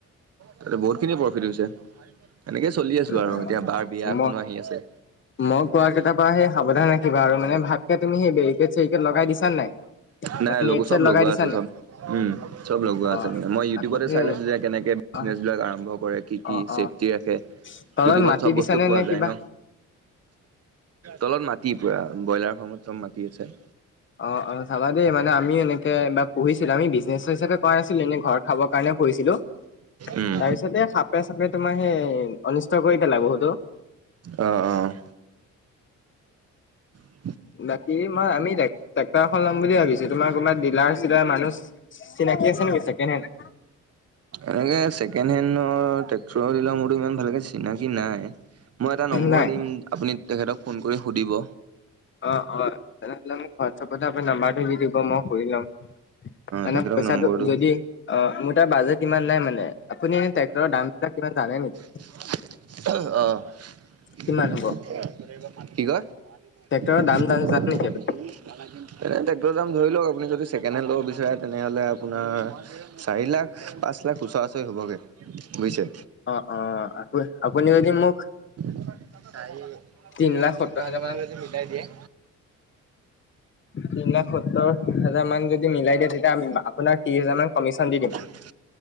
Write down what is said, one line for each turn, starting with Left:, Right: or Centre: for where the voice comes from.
Right: তাতে বহুত খিনি প্ৰফিট হৈছে, এনেকে চলি আছো আৰু
Left: উম
Right: এতিয়া বাৰ বিয়া এখনো
Left: মই
Right: আহি আছে।
Left: মই কোৱা কেইটাৰ পৰা সেই সাৱধান ৰাখিবা আৰু মানে ভাতকে তুমি সেই বেৰিকেট- চেৰিকেট লগাই দিছা নে নাই?
Right: নাই
Left: নেট
Right: লগু
Left: চেট
Right: চব
Left: লগাই
Right: লগোৱা
Left: দিছা
Right: আছে
Left: নাই
Right: চব উম, চব লগোৱা
Left: অ
Right: আছে মানে। মই ইউটিউবতে
Left: আকৌ সেই
Right: চাই লৈছো যে কেনেকে বিজনেচ
Left: অ
Right: বিলাক আৰম্ভ কৰে, কি কি
Left: অ',
Right: চছেফটি
Left: অ',
Right: ৰাখে?
Left: তলত
Right: ইউটিউবত
Left: মাটি
Right: চব
Left: দিছানে
Right: বস্তু পোৱা
Left: নে
Right: যায়
Left: কিবা?
Right: ন? তলত মাটি পুৰা, ব্ৰইলাৰ ফাৰ্মত চব মাটি আছে।
Left: অ অ, চাবা দেই মানে আমি এনেকে বাৰ পুহিছিলো, আমি বিজনেছ হিচাপে কৰা নাছিলো, এনে ঘৰত খাবৰ কাৰণে পুহিছিলো,
Right: উম
Left: তাৰ পিছতে সাপে- চাপে তোমাৰ সেই অনিষ্ট কৰি পেলাই বহুতো।
Right: অ অ, উ <unintelligible>
Left: বাকী মই আমি <unintelligible> খন লম বুলি ভাবিছিলোঁ। তোমাৰ ক'ৰবাত ডিলাৰ - চিলাৰ মানুহ চিনাকি আছে নেকি ছেকেণ্ডহেন?
Right: এনেকে ছেকেণ্ড হেনৰ টেক্টৰৰ দিলাৰ মোৰোটো ইমান ভালকে চিনাকি নাই। মই এটা নম্বৰ
Left: নাই
Right: দিম, আপুনি তেখেতক ফোন কৰি সুধিব।
Left: অ অ, তেনেহলে মোক হোৱাটছআপতে আপোনি নাম্বাৰটো দি দিব, মই সুধি লম। মানে
Right: তেখেতক
Left: পইচাটো
Right: নম্বৰটো
Left: যদি অ মোৰ তাত বাজেট ইমান নাই মানে। আপুনি এনে ট্ৰেক্টৰৰ দামবিলাক কিমান জানে নেকি?
Right: <unintelligible> আহঁ, <unintelligible>
Left: কিমান হ'ব?
Right: কি কয়? <unintelligible>
Left: ট্ৰেক্টৰৰ
Right: এনেই
Left: দাম জানে নেকি আপুনি?
Right: ট্ৰেক্টৰৰ দাম ধৰি লওঁক, আপুনি যদি ছেকেণ্ড হেণ্ড ল'ব বিচাৰে তেনেহলে আপোনাৰ চাৰি লাখ পাঁচ লাখ ওচৰা-ওচৰি হ'বগে বুইছে।
Left: অ অ অ, আ আপুনি যদি মোক
Right: চাৰি তিনলাখ
Left: তিন লাখ
Right: সত্তৰ হাজাৰ মানৰ
Left: মান
Right: লৈকে মিলাই দিয়ে।
Left: তিন লাখ সত্তৰ হাজাৰ মান যদি মিলাই দিয়ে তেতিয়া আমি আপোনাক ত্ৰিশ হাজাৰ মান কমিশন দি দিম।
Right: <inaudible> <unintelligible>